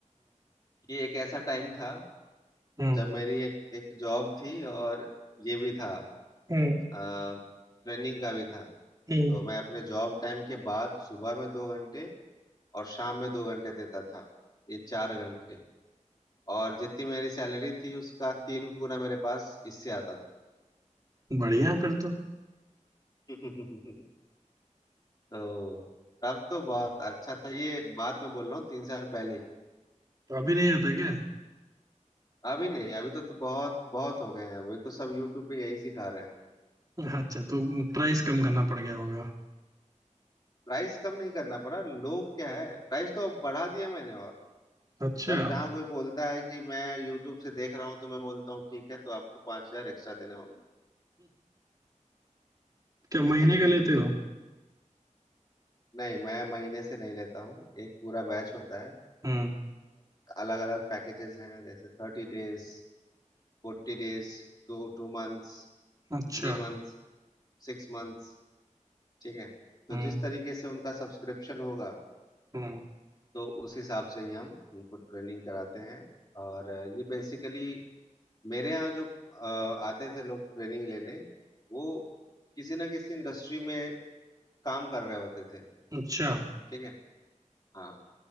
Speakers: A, on the left; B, on the right.
A: कि एक ऐसा टाइम था
B: हम्म
A: जब मेरी एक एक जॉब थी और ये भी था
B: हम्म
A: ट्रेनिंग का भी था
B: हम्म।
A: तो मैं अपने जॉब टाइम के बाद सुबह में दो घंटे और शाम में दो घंटे देता था ये चार घंटे और जितनी मेरी सैलरी थी उसका तीन गुना मेरे पास इससे आता था
B: बढ़िया फिर तो
A: <laughs> तो तब तो बहुत अच्छा था ये बात मैं बोल रहा हूँ तीन साल पहले की
B: तो अभी नहीं आता क्या
A: अभी नहीं अभी तो, तो बहुत बहुत हो गए हैं अभी तो सब यूट्यूब पे यही सिखा रहे हैं
B: अच्छा तो प्राइस कम करना पड़ गया होगा
A: प्राइस कम नहीं करना पड़ा लोग क्या है प्राइस तो बढ़ा दिया मैंने और
B: अच्छा
A: जब
B: <laughs>
A: जहाँ कोई बोलता है कि मैं यूट्यूब से देख रहा हूँ तो मैं बोलता हूँ ठीक है तो आपको पांच हजार एक्स्ट्रा देने
B: क्या महीने
A: होंगे
B: का लेते
A: <laughs>
B: हो
A: नहीं मैं महीने से नहीं लेता हूँ एक पूरा बैच होता है
B: हम्म
A: अलग अलग पैकेजेस हैं जैसे थर्टी डेज फोर्टी डेज to two months
B: अच्छा
A: थ्री मंथ्स सिक्स मंथ्स ठीक है तो
B: हम्म
A: जिस तरीके से उनका सब्सक्रिप्शन होगा
B: हम्म
A: तो उस हिसाब से ही हम उनको ट्रेनिंग कराते हैं और अ, ये बेसिकली मेरे यहाँ जो अ, आते थे लोग ट्रेनिंग लेने वो किसी ना किसी इंडस्ट्री में काम कर रहे होते थे
B: अच्छा
A: ठीक है हाँ